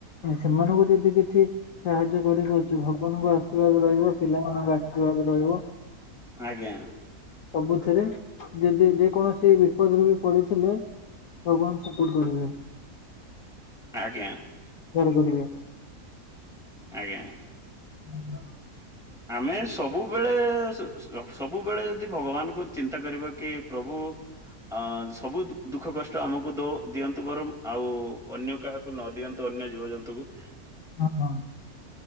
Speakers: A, on the left; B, in the centre.
A: ସେମାନଙ୍କୁ ଯଦି କିଛି ସାହାଯ୍ୟ କରିପାରୁଛି ଭଗବାନଙ୍କ ଆଶୀର୍ବାଦ ରହିବ ପିଲାମାନଙ୍କ ଆଶୀ ଦେଖିବାକୁ ରହିବ।
B: ଆଜ୍ଞା।
A: ସବୁଥିରେ ଯଦି ଯେକୌଣସି ସେ ବିପଦରେ ବି ପଡିଥିଲେ ଭଗବାନ ସପୋର୍ଟ କରିବେ।
B: ଆଜ୍ଞା।
A: କରିପାରିବେ।
B: ଆଜ୍ଞା।
A: ହୁଁ।
B: ଆମେ ସବୁବେଳେ ସବୁବେଳେ ଯଦି ଭଗବାନଙ୍କୁ ଚିନ୍ତା କରିବା କି ପ୍ରଭୁ ଅ ସବୁ ଦୁଃଖ କଷ୍ଟ ଆମକୁ ଦଉ ଦିଅନ୍ତୁ ବରଂ, ଆଉ ଅନ୍ୟ କାହାକୁ ନ ଦିଅନ୍ତୁ ଅନ୍ୟ ଜୀବଜନ୍ତୁଙ୍କୁ
A: ହଁ।